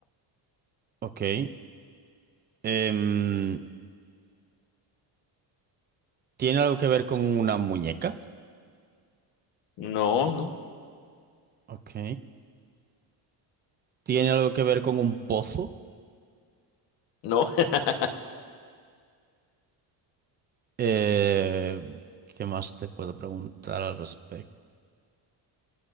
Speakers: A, on the right; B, on the left.
A: Ok. Em, ¿tiene algo que ver con una muñeca?
B: No, no,
A: Ok. ¿Tiene algo que ver con un pozo?
B: no, <laughs>
A: Eh, ¿qué más te puedo preguntar al respecto?